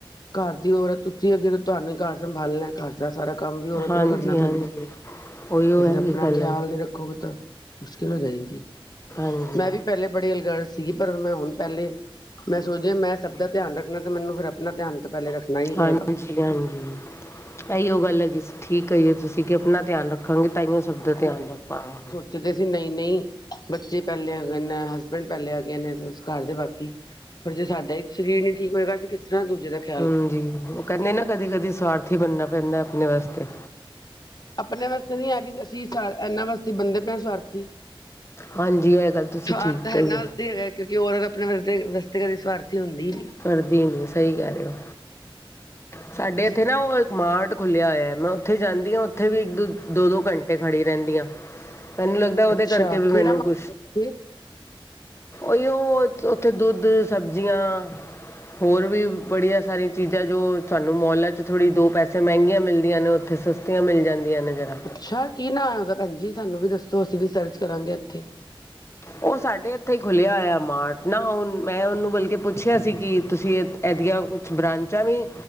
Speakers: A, on the left (about 45°); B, on the left (about 30°).
A: ਘਰ ਦੀ ਹੋਰ ਹੈ ਤੁਸੀਂ ਅਗੇ ਤੁਹਾਨੂੰ ਹੀ ਘਰ ਸੰਭਾਲ ਲੈ ਘਰ। ਦਾ ਸਾਰਾ ਕੰਮ ਵੀ ਔਰਤ
B: ਹਾਂਜੀ-ਹਾਂਜੀ
A: ਨੂੰ ਹੀ ਕਰਨਾ ਪੈਂਦਾ ਤੇ
B: ਉਹੀਓ
A: ਫੇਿਰ
B: ਹੈਗੀ
A: ਆਪਣਾ
B: ਗੱਲ
A: ਖਿਆਲ
B: ਹੈਗੀ।
A: ਨ ਰੱਖ ਤਾਂ ਮੁਸ਼ਕਿਲ ਹੋ ਜਾਏਗੀ
B: ਹਾਂਜੀ।
A: ਮੈਂ ਵੀ ਪਹਿਲੇ ਬੜੀ ਅਲਗਰ ਸੀਗੀ ਪਰ ਮੈਂ ਹੁਣ ਪਹਿਲੇ ਮੈਂ ਸੋਚਿਆ ਮੈਂ ਸਭ ਦਾ ਧਿਆਨ ਰੱਖਣਾ ਤੇ ਮੈਨੂੰ ਫਿਰ ਆਪਣਾ ਧਿਆਨ ਪਹਿਲੇ ਰੱਖਣਾ ਹੀ ਪਏਗਾ
B: ਹਾਂਜੀ ਹਾਂਜੀ ਇਹੀਓ ਗੱਲ ਹੈਗੀ ਠੀਕ ਕਹੀ ਹੈ ਤੁਸੀਂ ਆਪਣਾ ਧਿਆਨ ਰੱਖਾਂਗੇ ਤਾਹੀਓਂ ਸਭ ਦਾ ਧਿਆਨ ਰੱਖ ਪਾਵਾਂਗੇ
A: ਚ ਸੀ ਨਹੀਂ ਨਹੀਂ ਬੱਚੇ ਪਹਿਲੇ ਹੈਗੇਏ ਨੇ ਹਸਬੈਂਡ ਪਹਿਲੇ ਹੈਗੇਏ ਨੇ ਘਰ ਦੇ ਬਾਕੀ ਪਰ ਜੇ ਸਾਡਾ ਇ ਸਰੀਰ ਨੀ ਠੀਕ ਹੋਏਗਾ ਕਿਸ ਤਰ੍ਹਾਂ ਦੂਜੇ ਦਾ ਖ਼ਿਆਲ
B: ਹਮ ਜੀ ਉਹ ਕਹਿੰਦੇ ਨਾ ਕਦੀ ਕਦੀ ਸਵਾਰਥੀ ਬਣਨਾ ਪੈਂਦਾ ਆਪਣੇ ਵਾਸਤੇ
A: ਆਪਣੇ ਵਾਸਤੇ ਨੀ ਹੈ ਵੀ ਅਸੀਂ ਸ ਇਹਨਾਂ ਵਾਸਤੇ ਬੰਦੇ ਪਏ ਹੈ ਸਵਾਰਥੀ
B: ਹਾਂਜੀ ਇਹ ਗੱਲ ਤੁਸੀਂ
A: ਰ
B: ਠੀਕ
A: ਤਾਂ ਹੈ
B: ਕਹੀ
A: ਨਾ
B: ਏ
A: ਵਤੀ ਹੈਗਾ <unintelligible> ਕਿਉਂਕਿ ਔਰਤ ਆਪਣੇ ਵਰਹੇ ਵਾਸਤੇ ਸਵਾਰਥੀ ਹੁੰਦੀ ਹੀ ਨੀ
B: ਕਰਦੀ ਨ ਸਹੀ ਕਹਿ ਰਹੇ ਹੋ ਸਾਡੇ
A: ਜੀ
B: ਇੱਥੇ ਨਾ ਉਹ ਮਾਰਟ ਖੁੱਲਿਆ ਹੋਇਆ ਮੈਂ ਉੱਥੇ ਜਾਂਦੀ ਹਾਂ ਉੱਥੇ ਵੀ ਇੱਕ ਦੋ ਦੋ ਦੋ ਘੰਟੇ ਖੜੀ ਰਹਿੰਦੀ ਆਾਂ ਮੈਨੂੰ ਲੱਗਦਾ ਉਹਦੇ
A: ਅੱਛਾ
B: ਕਰਕੇ ਵੀ
A: ਕਿਹੜਾ
B: ਮੈਨੂੰ
A: ਮਾਮਲਾ
B: ਕੁਛ
A: ਇੱਥੇ?
B: ਓਇਓ ਉਹ ਉੱਥੇ ਦੁੱਧ ਸਬਜ਼ੀਆਂ ਹੋਰ ਵੀ ਬੜੀਆਂ ਸਾਰੀਆਂ ਚੀਜ਼ਾਂ ਜੋ ਤੁਾਨੂੰ ਮੌਲਾਂ 'ਚ ਥੋੜ੍ਹੀ ਦੋ ਪੈਸੇ ਮਹਿੰਗੀਆਂ ਮਿਲਦੀਆਂ ਨੇ ਉੱਥੇ ਸਸਤੀਆਂ ਮਿਲ ਜਾਂਦੀਆਂ ਨੇ ਜ਼ਰਾਂ
A: ਅੱਛਾ ਕੀ ਨਾਂ ਹੈ ਉਹਦਾ ਭੈਣ ਜੀ ਤੁਹਾਨੂੰ ਵੀ ਦੱਸੋ ਅਸੀਂ ਵੀ ਸਰਚ ਕਰਾਂਗੇ ਇੱਥੇ
B: ਉਹ ਸਾਡੇ ਇੱਥੇ ਹੀ ਖੁੱਲ੍ਹਿਆ ਹੋਇਆ ਮਾਰਟ ਨਾ ਉਹ ਮੈਂ ਉਹਨੂੰ ਬਲਕਿ ਪੁੱਛਿਆ ਸੀ ਕਿ ਤੁਸੀਂ ਇ ਇਹਦੀਆਂ ਕੁਛ ਬ੍ਰਾਂਚਾਂ ਵੀ